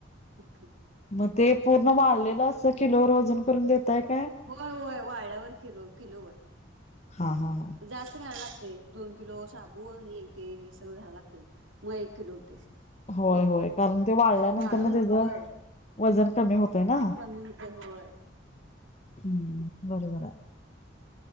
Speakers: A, on the right; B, on the left.
A: हो.
B: म ते पूर्ण वाळलेलं अस किलोवर अजून करून देताय का
A: होय होय वाळल्यावर किलो किलोवर
B: हा हा हा
A: जास्ती <unintelligible> दोन किलो साबू आणि एक <unintelligible> हे सगळं घालायला लागते मग एक किलो होतंय
B: होय होय कारण ते वाळल्यानंतर
A: वाळून
B: ना त्याच
A: होय
B: वजन कमी होतय ना.
A: कमी होतय होय.
B: हम्म बरोबर आहे.